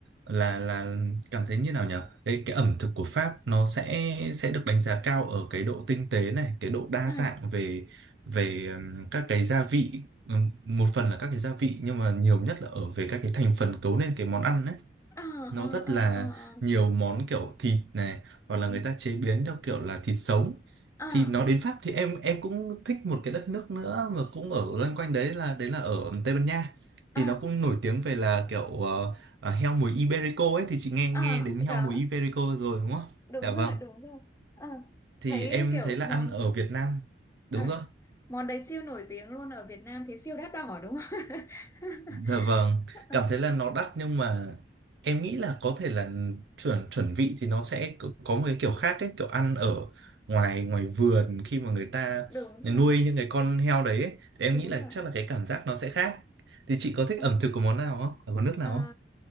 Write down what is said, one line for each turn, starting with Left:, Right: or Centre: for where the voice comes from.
Right: là là cảm thấy như nào nhỉ cái cái ẩm thực của Pháp nó sẽ sẽ được đánh giá cao ở cái độ tinh tế này cái độ đa
Left: à,
Right: dạng về về ừm, các cái gia vị Ừm, một phần là các cái gia vị nhưng mà nhiều nhất là ở về các cái thành phần cấu nên cái món ăn ấy
Left: à, à,
Right: nó rất là
Left: à, à,
Right: nhiều món kiểu thịt này hoặc là
Left: ừ.
Right: người ta chế biến theo kiểu là thịt sống
Left: à,
Right: thì nó đến Pháp thì em em cũng thích một cái đất nước nữa mà cũng ở loanh quanh đấy là đấy là ở Tây Ban Nha
Left: à,
Right: thì nó cũng nổi tiếng về là kiểu ờ, ờ, heo mùi Iberico ấy thì chị nghe nghe
Left: à,
Right: đến heo
Left: đó,
Right: mùi Iberico rồi đúng không?
Left: đúng
Right: Dạ vâng.
Left: rồi, đúng rồi. Ờ,
Right: Thì
Left: Thấy
Right: em
Left: kiểu
Right: thấy là
Left: món
Right: ăn ở Việt Nam đúng
Left: à,
Right: rồi
Left: món đấy siêu nổi tiếng luôn ở Việt Nam thì siêu đắt đỏ đúng không? <laughs>
Right: Dạ vâng,
Left: Ờ,
Right: cảm thấy là nó đắt nhưng mà em nghĩ là có thể là chuẩn chuẩn vị thì nó sẽ có có một cái kiểu khác ấy, kiểu ăn ở ngoài ngoài vườn khi mà người ta
Left: Đúng rồi,
Right: nuôi những cái con heo đấy ấy, thì em
Left: đúng
Right: nghĩ là
Left: rồi.
Right: chắc là cái cảm giác nó sẽ khác. Thì chị có thích
Left: Ờ.
Right: ẩm thực của món nào không? Ở món nước
Left: À,
Right: nào không?